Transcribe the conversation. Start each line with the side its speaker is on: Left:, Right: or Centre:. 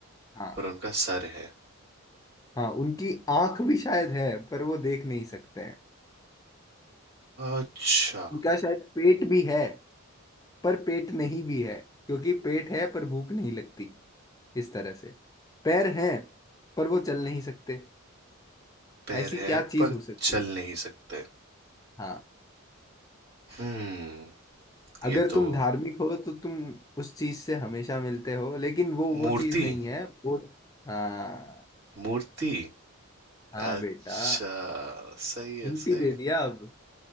Left: हाँ
Right: पर उनका सर है
Left: हाँ उनकी आंख भी शायद है पर वो देख नहीं सकते हैं
Right: अच्छा
Left: उनका शायद पेट भी है पर पेट नहीं भी है क्योंकि पेट है पर भूख नहीं लगती इस तरह से पैर हैं पर वो चल नहीं सकते
Right: पैर
Left: ऐसी
Right: है
Left: क्या चीज
Right: पर
Left: हो सकती
Right: चल
Left: है
Right: नहीं सकते
Left: हाँ
Right: हम्म
Left: अगर
Right: ये तो
Left: तुम धार्मिक हो तो तुम उस चीज से हमेशा मिलते हो लेकिन वो वो
Right: मूर्ति
Left: चीज नहीं है वो हाँ
Right: मूर्ति
Left: हाँ
Right: अच्छा
Left: बेटा
Right: सही है
Left: हिंट
Right: सही
Left: ही दे
Right: है
Left: दिया अब